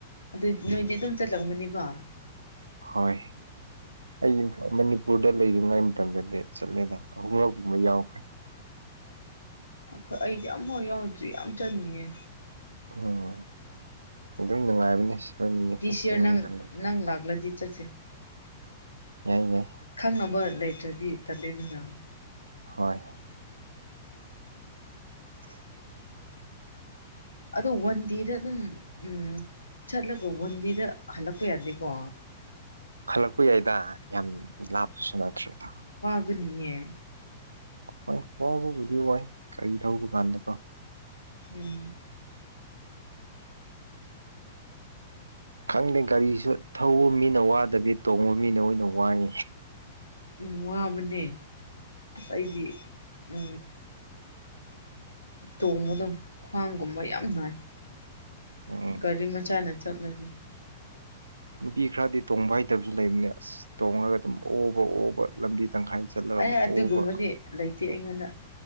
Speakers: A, on the left (about 90°); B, on the right (about 85°).
A: ꯑꯗꯨ ꯅꯨꯃꯤꯗꯤ ꯑꯗꯨꯝ ꯆꯠꯂꯝꯒꯅꯤꯀꯣ
B: ꯍꯣꯏ ꯑꯩ ꯃꯅꯤꯄꯨꯔꯗ ꯂꯩꯔꯤꯉꯥꯏ ꯃꯇꯝꯗ ꯆꯠꯂꯦꯗ ꯑꯍꯨꯝꯂꯛꯄꯨꯝꯕ ꯌꯥꯎꯈ꯭ꯔꯦ
A: ꯑꯩꯈꯣꯏ ꯑꯩꯗꯤ ꯌꯥꯝ ꯍꯥꯎ ꯌꯥꯎꯗ꯭ꯔꯤ ꯌꯥꯝ ꯆꯟꯅꯤꯡꯉꯦ
B: ꯎꯝ ꯑꯗꯨꯝ ꯅꯨꯡꯉꯥꯏꯕꯅꯤ ꯁ
A: ꯗꯤꯁ ꯌꯔ ꯅꯪ
B: ꯐꯦ
A: ꯅꯪ ꯂꯥꯛꯂꯗꯤ ꯆꯠꯁꯦ
B: ꯌꯥꯏ ꯌꯥꯏ
A: ꯈꯪꯅꯕ ꯂꯩꯇ꯭ꯔꯗꯤ ꯇꯠꯂꯤꯗꯨꯅ
B: ꯍꯣꯏ ꯍ
A: ꯑꯗꯣ ꯋꯥꯟ ꯗꯦꯗ ꯑꯗꯨꯝ ꯎꯝ ꯆꯠꯂ ꯄꯣꯕꯕꯟꯗꯤꯗ ꯍꯂꯄꯙꯀꯣ
B: ꯈꯜꯂꯛꯄ ꯌꯥꯏꯗ ꯌꯥꯝ ꯂꯥꯞꯄꯁꯨ ꯅꯠꯇ꯭ꯔꯦꯗ
A: ꯒꯅꯤ ꯍꯥꯏ
B: ꯍꯣꯏ ꯍꯕꯕꯨꯗꯤ ꯋꯥꯏ ꯀꯔꯤ ꯊꯧꯕ ꯀꯥꯟꯗꯀꯣ
A: ꯎꯝ
B: ꯈꯪꯗꯦ ꯒꯥꯔꯤꯁꯨ ꯊꯧꯕ ꯃꯤꯅ ꯋꯥꯗꯕꯤ ꯇꯣꯡꯕ ꯃꯤꯅ ꯑꯣꯏꯅ ꯋꯥꯏ
A: ꯎ ꯋꯥꯕꯅꯦ ꯉꯁꯥꯏꯗꯤ ꯎ ꯇꯣꯡꯕꯗ ꯈ꯭ꯋꯥꯡꯒꯨꯝꯕ ꯌꯥꯝ ꯅꯥꯉꯏ
B: ꯎꯝ
A: ꯒꯥꯔꯤ ꯃꯆꯥꯅ ꯆꯠꯂꯕꯤ
B: ꯅꯨꯄꯤ ꯈꯔꯗꯤ ꯇꯣꯡꯕ ꯍꯩꯇꯕꯁꯨ ꯂꯩꯕꯅꯦ ꯑꯁ ꯇꯣꯡꯉꯒ ꯑꯗꯨꯝ ꯑꯣꯕ ꯑꯣꯕ ꯂꯝꯕꯤ ꯇꯪꯈꯥꯏ ꯆꯠꯂꯒ
A: ꯑꯦ
B: ꯑꯃꯨꯛ
A: ꯑꯗꯨꯒꯨꯝꯕꯗꯤ
B: ꯑꯣꯕ
A: ꯂꯩꯇꯦ ꯑꯩꯉꯣꯟꯗ